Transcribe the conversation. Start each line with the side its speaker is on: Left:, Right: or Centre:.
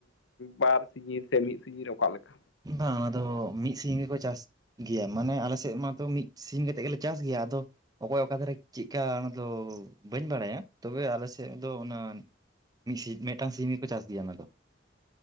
Left: ᱵᱟᱨ ᱥᱟᱜᱤ ᱥᱮ ᱢᱤᱫ ᱥᱟᱜᱤ ᱨᱮ ᱚᱠᱟ ᱞᱮᱠᱟ
Right: ᱵᱟᱝ ᱟᱫᱚ ᱢᱤᱫ ᱥᱤᱧ ᱜᱮᱠᱚ ᱪᱟᱥ ᱜᱮᱭᱟ ᱢᱟᱱᱮ ᱟᱞᱮ ᱥᱮᱫ ᱢᱟᱛᱚ ᱢᱤᱫ ᱥᱤᱧ ᱠᱟᱛᱮᱫ ᱜᱮᱞᱮ ᱪᱟᱥ ᱜᱮᱭᱟ ᱟᱫᱚ, ᱚᱠᱚᱭ ᱚᱠᱟ ᱫᱷᱟᱨᱮ ᱪᱮᱫᱠᱟ ᱚᱱᱟᱫᱚ ᱵᱟᱹᱧ ᱵᱟᱲᱟᱭᱟ ᱛᱚᱵᱮ ᱟᱞᱮ ᱥᱮᱫ ᱫᱚ ᱚᱱᱟ ᱢᱤᱫ ᱢᱤᱫᱴᱟᱝ ᱥᱤᱢᱤ ᱠᱚ ᱪᱟᱥ ᱜᱮᱭᱟ ᱚᱱᱟ ᱫᱚ᱾